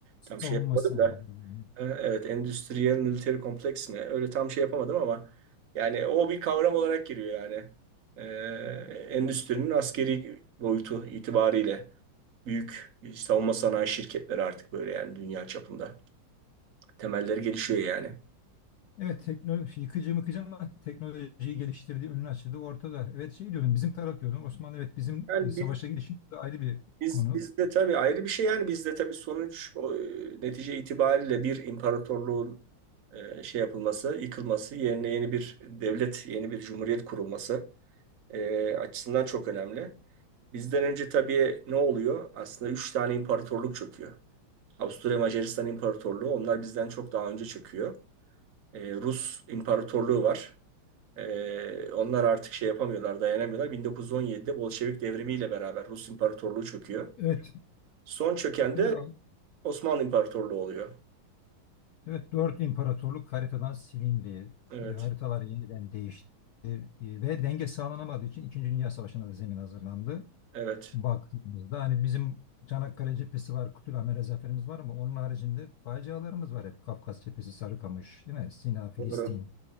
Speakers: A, on the right; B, on the left.
A: Tam
B: savunma
A: şey yapmadım
B: sanayi.
A: da. E, Evet, Endüstriyel Military Kompleks mi? Öyle tam şey yapamadım ama yani o bir kavram olarak giriyor yani. E, endüstrinin askeri boyutu itibariyle büyük savunma sanayi şirketleri artık böyle yani dünya çapında. Temelleri gelişiyor yani.
B: Evet teknoloji yıkıcı mıkıcı ama teknolojiyi geliştirdiği önünü açtığı ortada. Evet şey diyordum bizim taraf diyordum Osmanlı evet bizim
A: Yani
B: e, savaşa
A: biz,
B: girişimiz de ayrı bir
A: biz,
B: konu.
A: bizde tabii ayrı bir şey yani bizde tabii sonuç o, e, netice itibariyle bir imparatorluğun e, şey yapılması, yıkılması, yerine yeni bir devlet, yeni bir cumhuriyet kurulması. e, açısından çok önemli. Bizden önce tabii ne oluyor? Aslında üç tane imparatorluk çöküyor. Avusturya Macaristan İmparatorluğu onlar bizden çok daha önce çöküyor. E, Rus İmparatorluğu var. E, onlar artık şey yapamıyorlar, dayanamıyorlar. 1917'de Bolşevik devrimiyle beraber Rus İmparatorluğu çöküyor.
B: Evet.
A: Son çöken
B: Evet
A: de Osmanlı İmparatorluğu oluyor.
B: Evet, dört imparatorluk haritadan silindi.
A: Evet,
B: E, haritalar yeniden değişti E, ve denge sağlanamadığı için İkinci Dünya Savaşı'na da zemin hazırlandı.
A: evet.
B: Baktığımızda hani bizim Çanakkale cephesi var, Kütülhamere zaferimiz var ama onun haricinde facialarımız var hep. Kafkas cephesi, Sarıkamış, değil mi? Sina, Filistin.
A: Doğru,